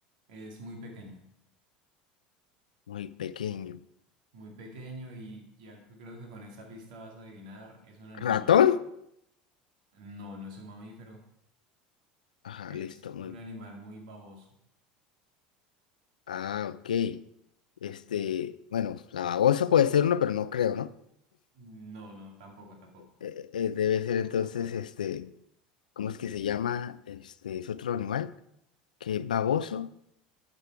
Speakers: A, on the right; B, on the left.
A: Es muy pequeño,
B: Muy pequeño.
A: muy pequeño y ya creo que con esta pista vas a adivinar, es un animal.
B: ¿Ratón?
A: No, no es un mamífero,
B: Ajá,
A: es
B: listo, muy.
A: un animal muy baboso.
B: Ah, ok. Este, bueno, la babosa puede ser uno, pero no creo, ¿no?
A: No, no, tampoco, tampoco.
B: Eh, eh, eh, debe
A: Tampoco
B: ser entonces,
A: tan fácil.
B: este. ¿cómo es que se llama? Este, es otro animal, que es baboso,